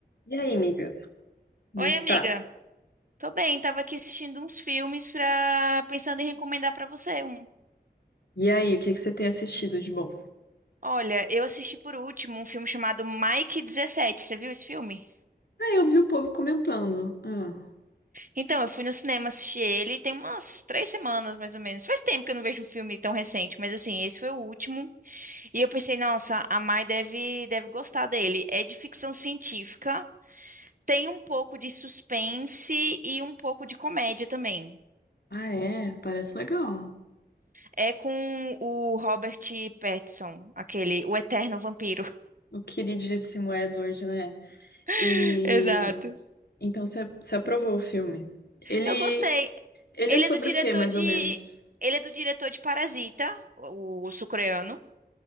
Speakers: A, on the left (about 70°); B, on the right (about 50°).
A: E aí, amiga? Como
B: Oi,
A: é que
B: amiga.
A: tá?
B: Tô bem, tava aqui assistindo uns filmes pra... pensando em recomendar pra você um.
A: E aí, o que que você tem assistido de bom?
B: Olha, eu assisti por último um filme chamado Mike dezessete. Você viu esse filme?
A: Ah, eu vi o povo comentando. Ah,
B: Então, eu fui no cinema assistir ele tem umas três semanas, mais ou menos. Faz tempo que eu não vejo um filme tão recente, mas assim, esse foi o último. E eu pensei, nossa, a Mai deve, deve gostar dele. É de ficção científica, tem um pouco de suspense e um pouco de comédia também.
A: ah, é? Parece legal.
B: É com o Robert Pattinson, aquele, o eterno vampiro.
A: O queridíssimo Edward, né? E
B: <laughs> Exato.
A: então você você aprovou o filme. Ele
B: Eu gostei.
A: ele
B: Ele
A: é sobre
B: é do diretor
A: o quê, mais
B: de,
A: ou menos?
B: ele é do diretor de Parasita, o o sul-coreano.